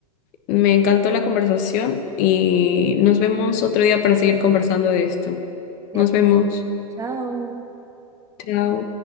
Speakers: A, on the left; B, on the right.
A: Me encantó la conversación y nos vemos otro día para seguir conversando de esto.
B: De
A: Nos
B: acuerdo.
A: vemos.
B: Chao.
A: Chao.